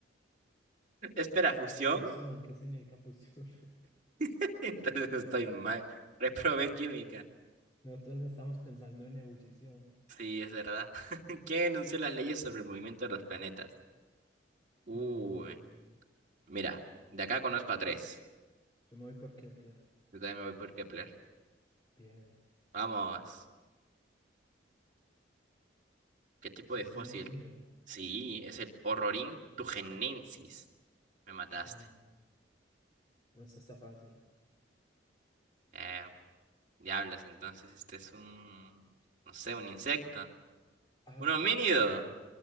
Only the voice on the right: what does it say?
Espera, ¿fusión?
<laughs> Entonces estoy mal. Reprobé química.
Sí, es verdad. <laughs> ¿Quién enunció las leyes sobre el movimiento de los planetas? Uy,
mira, de acá conozco a tres.
Yo también me voy por Kepler.
Vamos. ¿Qué tipo
de
fósil?
Sí, es el Horrorin tugenensis. Me mataste.
Eh, diablos, entonces este es un, no sé, un insecto.
Un homínido.